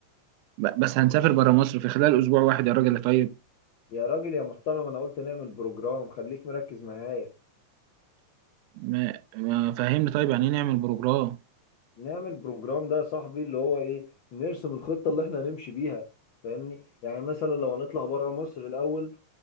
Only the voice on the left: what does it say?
يا راجل يا محترم انا قلت نعمل بروجرام خليك مركز معايا
نعمل بروجرام ده يا صاحبي اللي هو ايه نرسم الخطة اللي احنا هنمشي بيها فاهمني يعني مثلا لو هنطلع بره مصر الاول